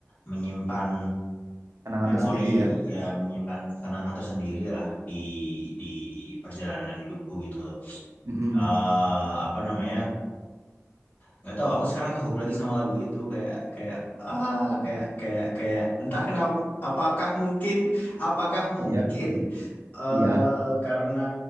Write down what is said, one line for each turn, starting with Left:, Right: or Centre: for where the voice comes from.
Left: menyimpan
Right: kenangan
Left: memori
Right: tersendiri ya.
Left: ya menyimpan kenangan tersendiri lah di di perjalanan hidupku gitu loh
Right: Mm-mm.
Left: Eh apa namanya nggak tahu aku sekarang kehook lagi sama lagu itu kayak kayak ah kayak kayak kayak entah kenapa apakah mungkin apakah mungkin
Right: Iya
Left: eh
Right: iya.
Left: karena